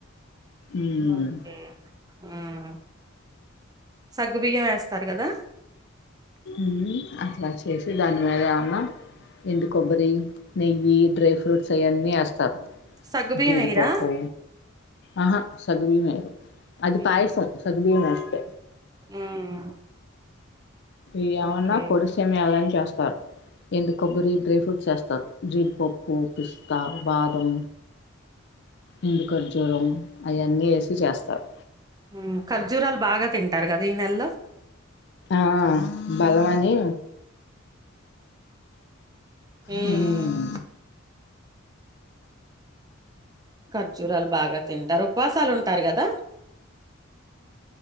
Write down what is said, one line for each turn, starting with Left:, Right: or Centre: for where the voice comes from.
Left: ఉమ్
Right: ఓకే ఉమ్ సగ్గు బియ్యం ఏస్తారు కదా.
Left: ఉహు అట్లా చేసి దాని మీద ఏమన్నా ఎండు కొబ్బరి, నెయ్యి, డ్రై ఫ్రూట్స్ అయన్నీ ఏస్ తర్
Right: సగ్గుబియ్యం
Left: జీడిపప్పు
Right: ఎయ్యరా
Left: ఆహా సగ్గుబియ్యమే అది, అది పయిసం
Right: ఉమ్
Left: సగ్గుబియ్యం ఏస్తే
Right: ఉమ్
Left: ఏమన్నా
Right: ఓకే
Left: పొడి సేమియాలని చేస్తారు. ఎండు కొబ్బరి డ్రై ఫ్రూట్స్ ఏస్తారు, జీడిపప్పు పిస్తా, బాదం ఎండు ఖర్జూరం అయన్నీ ఏసి చేస్తారు.
Right: ఉమ్ ఖర్జూరాలు బాగా తింటారు కదా ఈ నెల్లో
Left: ఆ బలమని
Right: ఉమ్
Left: మ్మ్
Right: ఖర్జూరాలు బాగా తింటారు, ఉపసాలు ఉంటారు కదా.